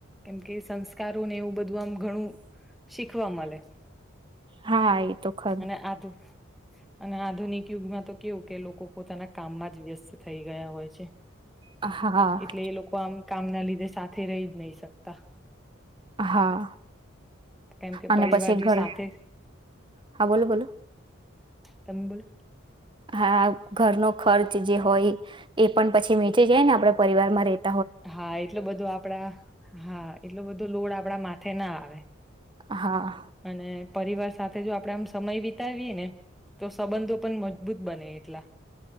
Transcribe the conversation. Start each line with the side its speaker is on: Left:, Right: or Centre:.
Centre: એમ કે સંસ્કારો ને એવું બધું આમ ઘણું શીખવા મળે.
Right: હા એ તો ખરું.
Centre: અને આ તો અને આધુનિક યુગમાં તો કેવું કે લોકો પોતાના કામમાં જ વ્યસ્ત થઈ ગયા હોય છે.
Right: હા.
Centre: એટલે એ લોકો આમ કામના લીધે સાથે રહી જ નહી શકતા.
Right: હા
Centre: કેમ કે
Right: અને
Centre: પરિવાર
Right: પછી ઘર
Centre: જો સાથે
Right: હા બોલો બોલો,
Centre: તમે બોલો
Right: હા. ઘરનો ખર્ચ જે હોય, એ પણ પછી વેચી જાય ને આપણે પરિવારમાં ર
Centre: હા એટલું બધું આપડા, હા એટલો બધું લોડ આપ આપણા માથે ના આવે
Right: હા
Centre: અને પરિવાર સાથે જો આપડે આમ સમય વિતાવીએ ને તો સંબંધો પણ મજબૂત બને એટલા